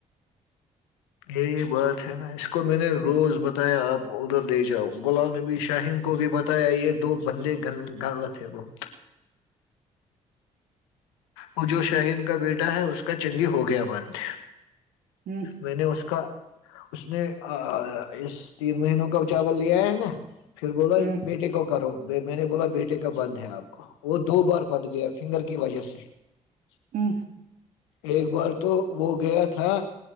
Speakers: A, on the left (about 85°); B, on the right (about 70°).
A: یہی بات ہے نا اس کو میں نے روز بتایا آپ ادھر لے جاؤ غلام نبی شاہین کو بھی بتایا یہ دو بندے غلط ہے بہت وہ جو شاہین کا بیٹا ہے اس کا چنگی ہو گیا مند
B: ہ
A: میں نے اس کا اس نے اس تین مہینوں کا چاول لیا ہے نا پھر بولا
B: ہوں
A: بیٹے کو کرو میں نے بولا بیٹے کا بند ہے آپ وہ دو بار بند گیا فنگر کی وجہ سے <inaudible>
B: ہوں
A: ایک بار تو وہ گیا تھا